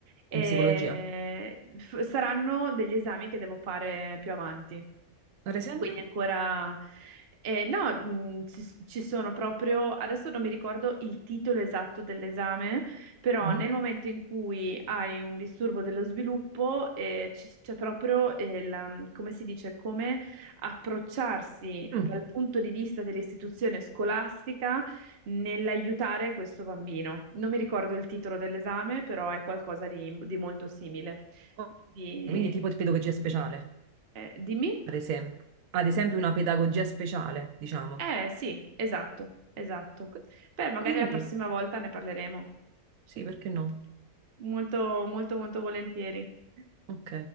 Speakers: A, on the right (about 50°); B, on the right (about 70°).
A: e
B: In psicologia,
A: f- saranno degli esami che devo fare più avanti.
B: ad esempio?
A: Quindi ancora... eh, no, mh, ci, ci sono proprio... Adesso non mi ricordo il titolo esatto dell'esame, però
B: Mm-hmm.
A: nel momento in cui hai un disturbo dello sviluppo, eh, ci- c'è proprio, eh, la- come si dice, come approcciarsi
B: Mm,
A: dal punto di vista dell'istituzione scolastica nell'aiutare questo bambino. Non mi ricordo il titolo dell'esame, però è qualcosa di, di molto simile.
B: ok,
A: Quindi,
B: Quindi tipo di pedagogia speciale,
A: eh, dimmi.
B: ad esempio. Ad esempio una pedagogia speciale, diciamo.
A: Eh sì, esatto, esatto.
B: Qu-
A: Beh, magari
B: Quindi,
A: la prossima volta ne parleremo.
B: sì, perché no?
A: Molto, molto, molto volentieri.
B: Ok.